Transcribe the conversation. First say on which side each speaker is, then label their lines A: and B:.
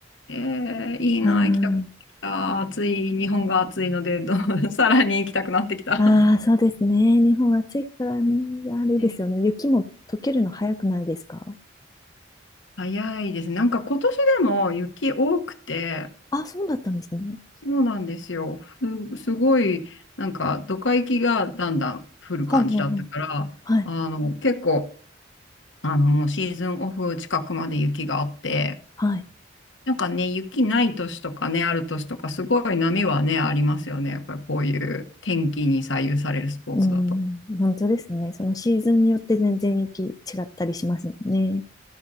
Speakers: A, on the left (about 85°); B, on the left (about 20°).
A: えー、いいな、
B: あ
A: 行きたくなってきた。暑い、日本が暑いので、どう <laughs> さらに行きたくなってきた。
B: あ、ああ、そうですね。日本暑いからね。
A: <laughs>
B: あれですよね。
A: えー
B: 雪も溶けるの早くないですか
A: 早いですね。なんか今年でも雪多くて、
B: あ、そうだったんですね。
A: そうなんですよ。ふすごい、なんかドカ雪がだんだん降る感じだったから、
B: はあ、はあはあはい、
A: あの、結構、あの、もうシーズンオフ近くまで雪があって、
B: はい。
A: なんかね、雪ない年とかね、ある年とか、すごい波はね、ありますよね。やっぱりこういう天気に左右されるスポーツだと。
B: うん、本当ですね。そのシーズンによって全然雪違ったりしますもんね。